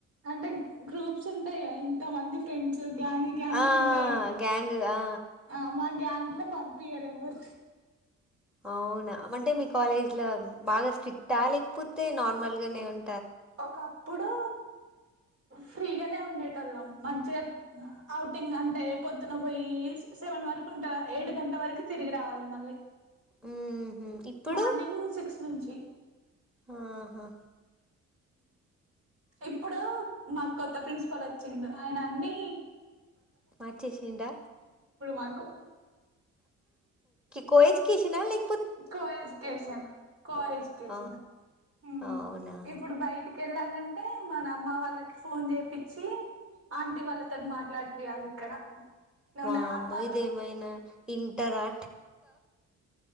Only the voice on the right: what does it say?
అంటే గ్రూప్స్ ఉంటాయా ఇంత మంది ఫ్రెండ్స్ <unintelligible> గ్యాంగి గ్యాంగులు
ఉంటాయి
ఆమా గ్యాంగ్ లో పంపియ్యారు ఎవరు
ఒక ఇప్పుడు ఫ్రీగానే వుండెటోల్లమ్ మంచిగా ఔటింగ్ అంటే పొద్దున పోయి సిక్స్ సెవెన్ వరకు ఉంటా ఏడు గంటల వరకు తిరిగి రావాలి మళ్ళీ
మార్నింగ్ సిక్స్ నుంచి
ఇప్పుడు మాకు కొత్త ప్రిన్సిపల్ వచ్చిండు ఆయన అన్నీ
మాకు
కో ఎడ్యుకేషన్ కో ఎడ్యుకేషన్
హ్మ్
ఇప్పుడు బయటి కి వెళ్ళాలంటే మన అమ్మ వాళ్ళకి ఫోన్ చేపిచ్చి ఆంటీ వాళ్ళతోని మాట్లాడిపీయాలి ఇక్కడ నువ్వు
నార్మల్